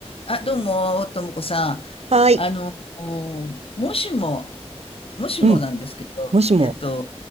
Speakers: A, on the left; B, on the right.
A: あ、どうも、ともこさん。
B: はい。
A: あの、もしも、もしもなんですけど、
B: うん、もしも、
A: えっと、